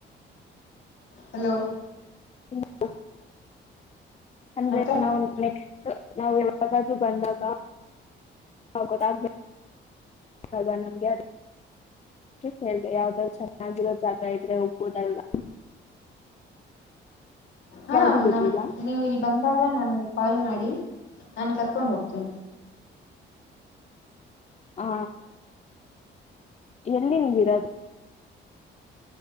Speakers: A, on the left (about 65°); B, on the left (about 35°).
A: ಹಲೋ
B: <unintelligible> ಅಂದ್ರೆ
A: ಮತ್ತೆ
B: ನಾವ್ ನೆಕ್ಸ್ಟ್ ನಾವ ಯಾವಾಗಾದ್ರು ಬಂದಾಗ ಆಗ ಗೊತ್ತಬ ದದ ನಮಗ್ಯಾಡ ಕೇಳ್ದೆ ಯಾವ್ದ್ರರು ಚೆನ್ನಾಗಿರೋ ಜಾಗ ಇದ್ರೆ ಹೋಗಬೋದ ಅಲ್ವಾ.
A: ಹಾ
B: ಯಾವ್ದು ಗೊತ್ತಿಲ್ಲ
A: ನಮ ನೀವು ಇಲ್ಲಿ ಬಂದಾಗ ನನ್ಗೆ ಕಾಲ್ ಮಾಡಿ ನಾನು ಕರ್ಕೊಂಡು ಹೋಗ್ತೀನಿ
B: ಹಾ ಎಲ್ಲಿ ನಿವ ಇರೋದು